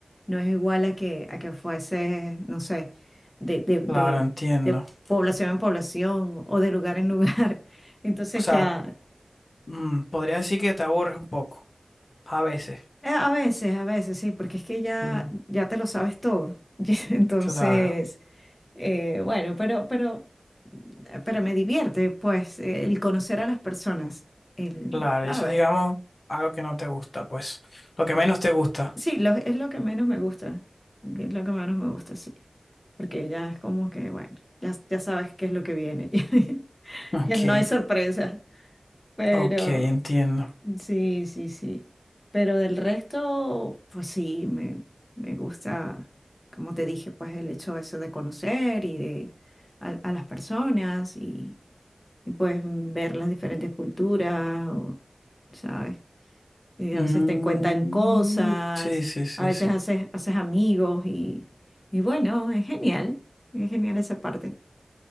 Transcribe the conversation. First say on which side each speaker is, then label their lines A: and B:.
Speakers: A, on the left; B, on the left.
A: No es igual a que, a que fuese, no sé, de, de, de
B: claro, entiendo.
A: de población en población o de lugar en lugar. <laughs> Entonces
B: O sea,
A: ya.
B: mm, podría decir que te aburres un poco, a veces.
A: Eh, A veces, a veces, sí, porque es que ya,
B: Mm,
A: ya te lo sabes todo. <laughs> Y Entonces,
B: claro,
A: eh, bueno, pero, pero, pero me divierte, pues, eh, el conocer a las personas. El,
B: claro,
A: ¿sabes?
B: eso es, digamos, algo que no te gusta, pues, lo que menos te gusta.
A: Sí, lo- es lo que menos me gusta. Es lo que menos me gusta, sí. Porque ya es como que, bueno, ya, ya sabes qué es lo que viene. <laughs>
B: Ok,
A: Ya no hay sorpresa. Pero.
B: ok, entiendo.
A: Sí, sí, sí. Pero del resto, pues sí, me, me gusta, como te dije, pues el hecho eso de conocer y de a, a las personas y, y pues ver las diferentes culturas, o, ¿sabes? Y
B: Mm,
A: a veces te cuentan cosas,
B: sí, sí, sí,
A: a veces
B: sí.
A: haces, haces amigos y, y bueno, es genial, es genial esa parte.